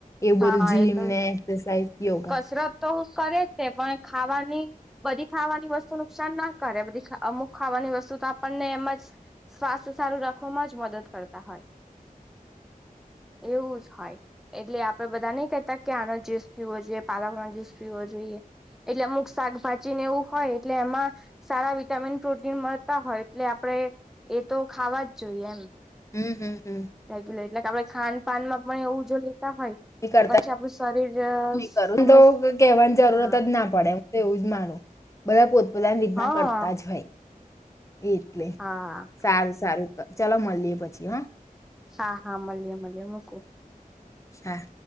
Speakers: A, on the left; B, in the centre.
A: એવું
B: હા
A: બધું જીમ
B: એ તો
A: ને એક્રસાઝ યોગા
B: કસરત તો કરે તે પણ ખાવાની બધી ખાવાની વસ્તુ નુકસાન ના કરે બધી ખાઅમુક ખાવાની વસ્તુ તો આપણને એમ જ સ્વાસ્થ્ય સારું રાખવામાં જ મદદ કરતા હોય એવું જ હોય એટલે આપ બધા નઈ કહેતા કે આનો જુસ પીવો જોઈએ પાલક નો જ્યુસ પીવો જોઈએ એટલે અમુક શાકભાજીને એવું હોય એટલે એમાં સારા વિટામિન પ્રોટીન મળતા હોય એટલે આપ આપે એ તો ખાવા જ જોઈએ એમ
A: હમ હમ હમ.
B: રેગ્યુલર એટલે કે આપડે ખાન પાાનમાં પણ એવું જો લેતા હોય
A: કરતા
B: તો પછી આપણું શરીર
A: કર
B: હંમેશા
A: તો કેવાની જરૂરત
B: હા
A: જ ના પડે હું તો એવું જ માનુ બધા પોતપોતાની રિતના
B: હા
A: કરતા જ હોય. એટલે
B: હા
A: સારું સારું ચલો મળીએ પછી હા.
B: હા હા મળીએે મળીએે મૂકું
A: હા.